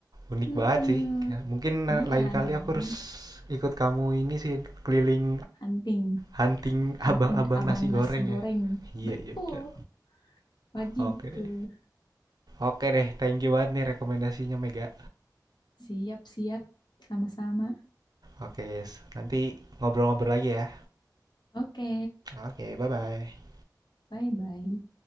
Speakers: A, on the right; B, on the left.
A: unik
B: Mm-mm.
A: banget sih. Kayak mungkin na
B: Iya
A: lain kali
B: dong.
A: aku harus ikut kamu ini sih, keliling
B: Hunting,
A: hunting abang-abang
B: hunting abang
A: nasi goreng
B: nasi goreng.
A: ya. Iya
B: Betul,
A: iya, benar.
B: wajib
A: Oke deh.
B: tuh.
A: Oke deh, thank you banget nih rekomendasinya Mega.
B: Siap-siap, sama-sama.
A: Oke, nanti ngobrol-ngobrol lagi ya.
B: Oke,
A: Oke, bye-bye.
B: bye-bye.